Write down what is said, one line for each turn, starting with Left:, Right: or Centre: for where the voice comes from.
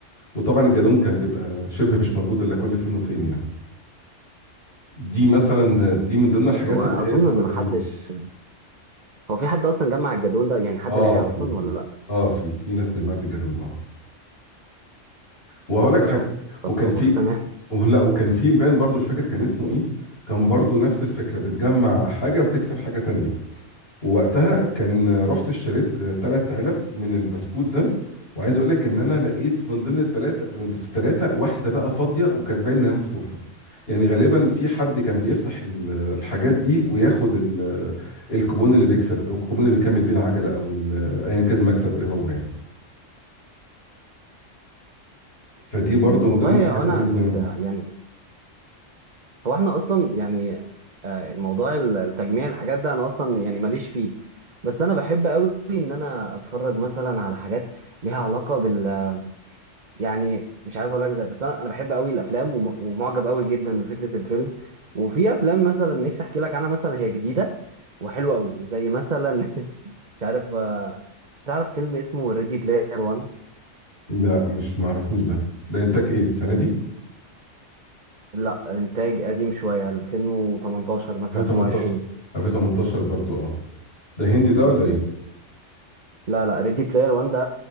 Left: وطبعا الجدون كان بيبقى شبه مش موجود الا كل فين وفين يعني دي مثلا دي من ضمن الحاجات
Right: هو اظن
Left: اللي هي تفرق
Right: ان محدش
Left: قديمه
Right: هو في حد اصلا جمع الجدول ده يعني حد
Left: اه
Right: لقاه
Left: في
Right: اصلا
Left: في
Right: ولا لا
Left: اه في في ناس جمعت الجدون اه وهقول لك
Right: واو
Left: حاجه
Right: طب
Left: وكان
Right: خلاص
Left: في
Right: تمام
Left: ولا وكان في البان برضو مش فاكر كان اسمه ايه كان برضو نفس الفكره بتجمع حاجه وتكسب حاجه تانية ووقتها كان رحت اشتريت ثلاث علب من البسكوت ده وعايز اقول لك ان انا لقيت من ضمن الثلاثه في الثلاثه واحده بقى فاضيه وكانت باين انها مفتوحه يعني غالبا في حد كان بيفتح ال- الحاجات دي وياخد ال- الكوبون اللي بيكسب او الكوبون اللي بيكمل بيه العجله او ال- ايا كان المكسب ايه هو يعني فدي برضو من
Right: والله
Left: ضمن الحاجات
Right: انا
Left: اللي
Right: كنت
Left: زمان
Right: يعني هو احنا اصلا يعني آه، موضوع ال- التجميع الحاجات ده انا اصلا يعني ماليش فيه بس انا بحب قوي ان انا اتفرج مثلا على حاجات ليها علاقه بال يعني مش عارف اقول لك ازاي بس انا انا بحب قوي الافلام وم- ومعجب قوي جدا بفكره الفيلم وفي افلام مثلا نفسي احكي لك عنها مثلا هي جديده وحلوه قوي زي مثلا <laughs> مش عارف آه، تعرف فيلم اسمه ريدي بلاير 1
Left: لا مش معرفوش ده ده انتاج ايه السنه دي
Right: لا انتاج قديم شويه 2018 مثلا
Left: 2018
Right: 2020
Left: 2018 برضو اه ده هندي ده ولا ايه
Right: لا لا ريدي بلاير 1 ده